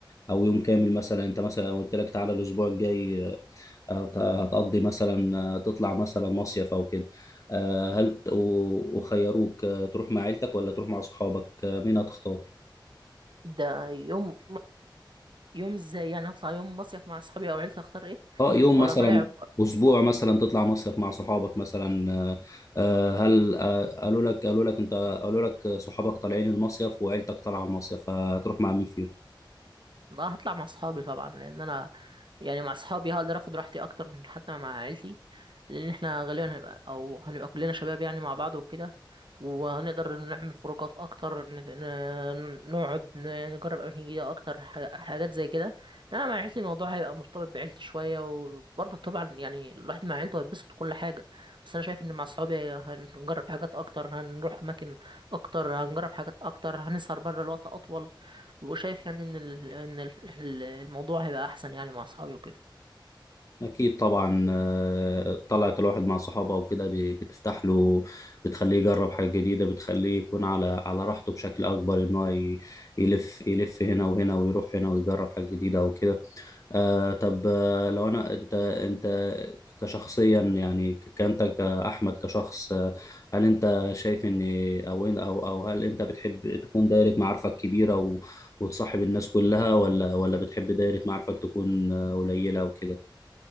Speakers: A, on the left; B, on the right.
A: أو يوم كامل مثلا أنت مثلا لو قلت لك تعالى الأسبوع الجاي آه، هت- هتقضي مثلا آه، تطلع مثلا مصيف أو كده آه، هل ت- و- وخيروك آه، تروح مع عيلتك ولا تروح مع صحابك آه، مين هتختار؟
B: ده يوم يوم ازاي يعني هطلع يوم مصيف مع اصحابي او عيلتي اختار ايه
A: اه يوم
B: ولا
A: مثلا
B: طالع
A: اسبوع مثلا تطلع مصيف مع صحابك مثلا آه، آه، هل آه، قالوا لك قالوا لك انت قالوا لك صحابك طالعين المصيف وعيلتك طالعه المصيف فهتروح مع مين فيهم
B: لا هطلع مع اصحابي طبعا لان انا يعني مع اصحابي هقدر اخد راحتي اكتر من حتى مع عيلتي لان احنا غالبا هنبقى او هنبقى كلنا شباب يعني مع بعض وكده وهنقدر نعمل خروجات اكتر ن- ن- نقعد ن- يعني نجرب اماكن جديده اكتر ح- حاجات زي كده انما مع عيلتي الموضوع هيبقى مرتبط بعيلتي شويه وبرضه طبعا يعني الواحد مع عيلته هيتبسط كل حاجه بس انا شايف ان مع اصحابي هنجرب حاجات اكتر هنروح اماكن اكتر هنجرب حاجات اكتر هنسهر بره لوقت اطول وشايف يعني ان ال- ان ال- ال- الموضوع هيبقى احسن يعني مع اصحابي وكده
A: اكيد طبعا آه، طلعت الواحد مع صحابه وكده ب- بتفتح له بتخليه يجرب حاجه جديده بتخليه يكون على على راحته بشكل اكبر ان هو ي- يلف يلف هنا وهنا ويروح هنا ويجرب حاجه جديده وكده آه طب آه، لو انا انت انت كشخصيا يعني ك- كانت كأحمد كشخص آه، هل انت شايف ان او إن- او او هل انت بتحب تكون دايرة معارفك كبيرة و- وتصاحب الناس كلها ولا ولا بتحب دايرة معارفك تكون آه، قليلة وكده